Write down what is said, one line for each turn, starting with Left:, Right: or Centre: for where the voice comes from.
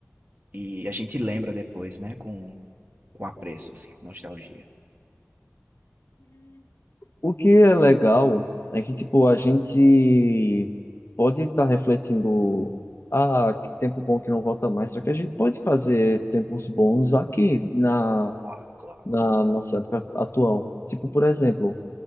Right: e a gente lembra depois, né? Com com apreço, assim, com nostalgia.
Left: O que é legal é que, tipo, a gente pode estar refletindo, ah, que tempo bom que não volta mais, só que a gente pode fazer tempos bons aqui na,
Right: Claro, claro.
Left: na nossa época atual. Tipo, por exemplo.